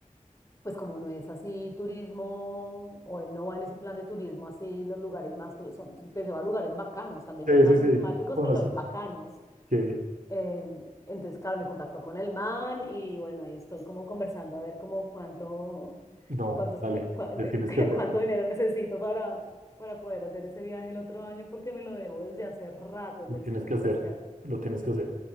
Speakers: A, on the left; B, on the right.
A: pues como no es así turismo, o él no va en ese plan de turismo, así los lugares más, tu- son, pues se va a lugares bacanos, también
B: sí,
A: los más
B: sí, sí.
A: emblemáticos,
B: Conoce.
A: pero también bacanos.
B: Que
A: Em, entonces, claro, me contactó con el man y bueno, ahí estoy como conversando a ver como cuánto,
B: no,
A: cuántos,
B: vale,
A: que- cua- <laughs>
B: le tienes que hacer.
A: cuánto dinero necesito para, para poder hacer ese viaje el otro año porque me lo debo desde hace rato, el
B: Lo
A: del
B: tienes
A: sudeste
B: que hacer,
A: asiático.
B: lo tienes
A: Ah.
B: que hacer.